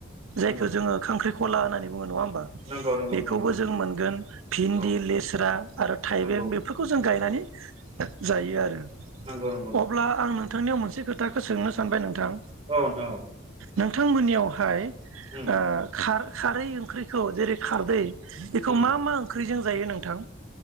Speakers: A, on the right; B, on the right.
A: नंगौ
B: जायखौ जोङो खांख्रिख खला होननानै बुङो नङा होनब बा
A: नंगौ नोंथां
B: बेखौबो
A: नंगौ
B: जों मोनगोन भिन्दि,
A: औ
B: लेस्रा आरो थाइबें
A: नंगौ
B: बेफोरखौ जों गायनानै जायो आरो
A: नंगौ नों
B: अब्ला आं नोंथांनियाव मोनस से खोथाखो सोंनो सानबाय नोंथ थां
A: औ नोंथां औ
B: नोंथांमोननियावहाय
A: उम
B: ओ खार खारै ओंख्रिखौ जेरै खारदै बेखौ
A: उम
B: मा मा ओंख्रिजों जायो नोंथां?